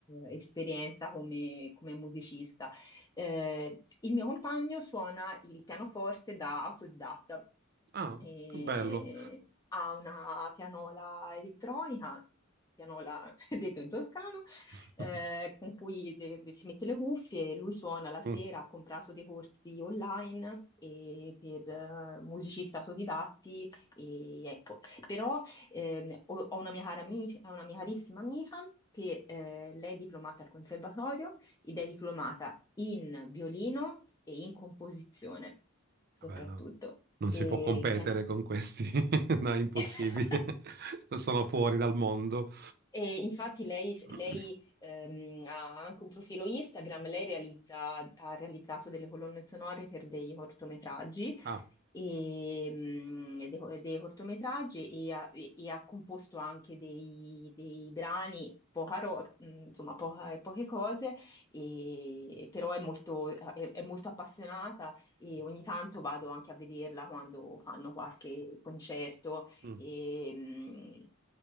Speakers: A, on the left; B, on the right.
A: eh, esperienza come come musicista. Eh, il mio compagno suona il pianoforte da autodidatta
B: ah,
A: e
B: che bello.
A: ha una pianola elettronica, pianola <laughs> detto in toscano,
B: <laughs>
A: eh, con cui te- si mette le cuffie, lui suona la sera,
B: Mm,
A: ha comprato dei corsi online e per eh, musicisti autodidatti e ecco, però ehm, ho, ho una mia cara amica, una mia carissima amica che eh, lei è diplomata al conservatorio ed è diplomata in violino e in composizione, soprattutto.
B: Vabbè, no, Non
A: E
B: si può competere
A: che
B: con questi, <laughs> no, è impossibile.
A: è? <laughs>
B: <laughs> Sono fuori dal mondo.
A: E infatti lei,
B: <clears throat>
A: lei, ehm, ha anche un profilo Instagram, lei realizza- ha realizzato delle colonne sonore per dei cortometraggi,
B: Ah,
A: e, mm, dei, co- dei cortometraggi e ha, e- e ha composto anche dei, dei brani, poca ro- mm, insomma poca- poche cose, e- però è molto, è è molto appassionata e ogni tanto vado anche a vederla quando fanno qualche concerto.
B: mm.
A: E,